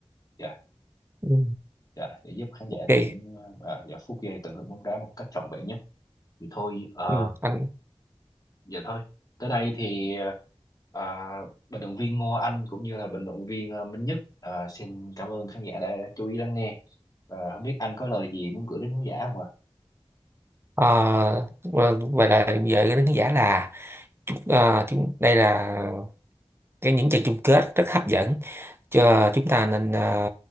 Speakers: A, on the left; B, on the right.
A: dạ
B: ừ.
A: dạ để giúp khán giả
B: Ok,
A: có những ờ, dạ, phút giây tận hưởng bóng đá một cách trọn vẹn nhất thì thôi ờ,
B: ừ. Anh
A: vậy thôi. Tới đây thì à, bình luận viên Ngô Anh cũng như là bình luận viên à, Minh Nhất à, xin cảm ơn khán giả đã chú ý lắng nghe. Và không biết anh có lời gì muốn gửi đến khán giả không ạ?
B: À, v- vậy là về cái đánh giá là à, chúng đây là cái những trận chung kết rất hấp dẫn cho chúng ta nên à,